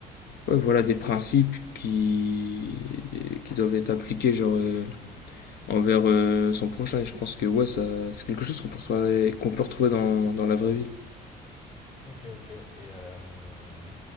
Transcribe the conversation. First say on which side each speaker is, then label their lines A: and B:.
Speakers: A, on the left; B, on the left.
A: ouais, voilà, des principes qui, qui doivent être appliqués, genre. euh, envers euh, son prochain. Et je pense que ouais, ça, c'est quelque chose qu'on peut retrouver, qu'on peut retrouver dans, dans la vraie vie.
B: Ok ok et euh,